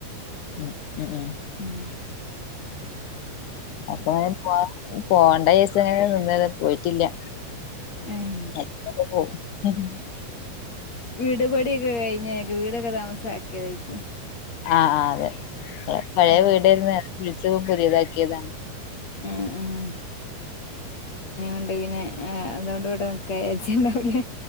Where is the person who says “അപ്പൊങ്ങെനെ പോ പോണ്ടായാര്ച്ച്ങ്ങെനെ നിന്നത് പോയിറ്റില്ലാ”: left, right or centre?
Left